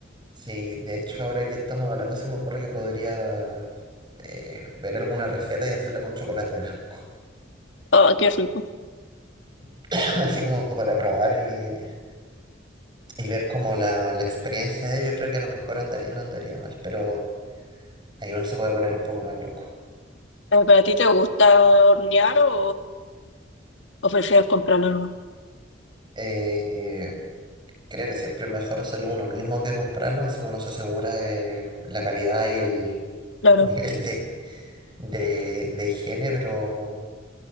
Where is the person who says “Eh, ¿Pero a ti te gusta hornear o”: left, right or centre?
Left